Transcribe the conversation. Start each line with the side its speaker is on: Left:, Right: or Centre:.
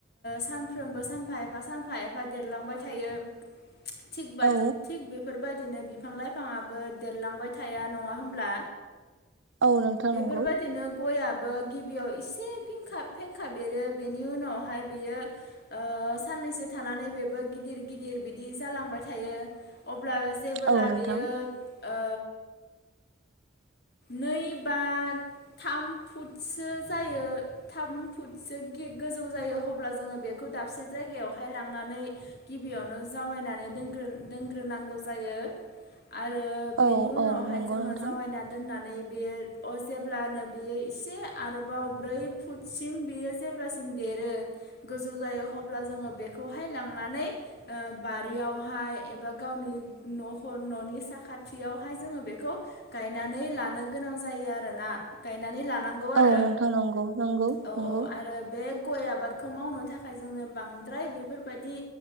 Left: सानफ्रोमबो सानफा एफा सानफा एफा देरलांबाय थायो। थि बाजि
Right: औ
Left: <unintelligible> बेफोरबायदिनो बिफां लाइफाङाबो देरलांबाय थाया नङा होमब्ला?
Right: औ नोंथां
Left: बेफोरबायदिनो
Right: नंगौ।
Left: गयाबो गिबियाव एसे फेंखाब फेंखाब एरो बेनि उनावहाय बेयो ओ साननैसो थानानै बेबो गिदिर गिदिर बिदि जालांबाय थायो। अब्लाबो जेबो
Right: औ
Left: लाबोयो
Right: नोंथां
Left: ओ नै बा, थाम फुटसो जायो थाम फुटसो गोजौ जायो अब्ला जोङो बेखौ दाबसे जायगायावहाय लांनानै गिबियावनो जावायनानै दोनग्रो दोनग्रोनांगौ जायो। आरो बेनि
Right: औ
Left: उनावहाय
Right: औ नंगौ
Left: जोङो
Right: नोंथां
Left: जावायना दोननानै बियो अ जेब्लानो बेयो एसे आरोबाव ब्रै फुटसिम बेयो जेब्लासिम देरो गोजौ जायो अब्ला जोङो बेखौहाय लांनानै बारियावहाय एबा गावनि न'र न'नि साखाथियावहाय जोङो बेखौ गायनानै लानो गोनां जायो। जायो आरोना गायनानै लानांगौ आरो
Right: औ नोंथां नंगौ नंगौ
Left: औ
Right: नंगौ
Left: औ आरो बे गय आबादखौ मावनो थाखाय जोंनो बांद्राय बेफोरबायदि